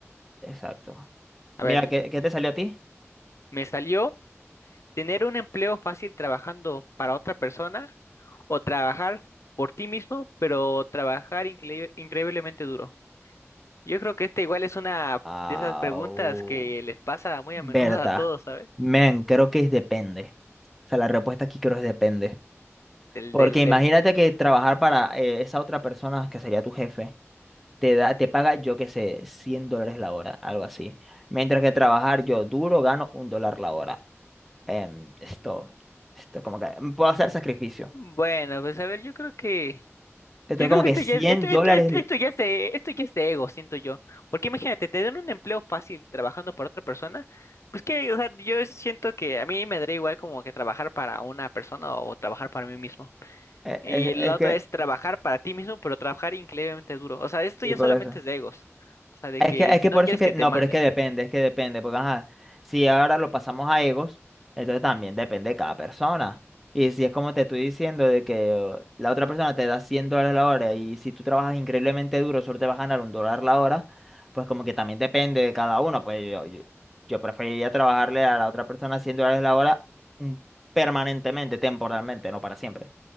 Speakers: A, in the centre; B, on the left.
A: exacto.
B: a
A: Mira,
B: ver,
A: ¿qué,
B: Sí.
A: qué te salió a ti?
B: me salió tener un empleo fácil trabajando para otra persona o trabajar por ti mismo, pero trabajar increíble- increíblemente duro. Yo creo que esta igual es una
A: Au.
B: de esas preguntas que les pasa muy
A: Berta,
B: a menudo a todos, ¿sabes?
A: men, creo que es depende. O sea, la respuesta aquí creo es depende.
B: Del,
A: Porque
B: del,
A: imagínate
B: del.
A: que trabajar para eh, esa otra persona que sería tu jefe, te da, te paga, yo qué sé, 100 dólares la hora, algo así. Mientras que trabajar yo duro gano un dólar la hora. em, esto, esto como que puedo hacer sacrificio.
B: Bueno, pues a ver, yo creo que
A: Esto
B: Yo creo
A: como
B: que
A: que
B: esto
A: 100
B: ya es, esto, esto,
A: dólares.
B: esto, esto ya es de, esto ya es de ego, siento yo. Porque imagínate, te dan un empleo fácil trabajando para otra persona. Pues que, o sea, yo siento que a mí me daría igual como que trabajar para una persona o trabajar para mí mismo.
A: eh,
B: Y
A: eh,
B: la
A: Es, que,
B: otra es trabajar para ti mismo, pero trabajar increíblemente duro. O sea, esto
A: y
B: ya
A: por
B: solamente
A: eso.
B: es de egos. O sea, de
A: Es
B: que
A: que, es
B: si
A: que
B: no
A: por
B: quieres
A: eso es que,
B: que
A: no,
B: te manden.
A: pero es que depende, es que depende, porque ajá, si ahora lo pasamos a egos, entonces también depende de cada persona. Y si es como te estoy diciendo de que eh, la otra persona te da 100 dólares la hora y si tú trabajas increíblemente duro, solo te vas a ganar un dólar la hora, pues como que también depende de cada uno. Pues yo, yo, yo preferiría trabajarle a la otra persona 100 dólares la hora mm, permanentemente, temporalmente, no para siempre.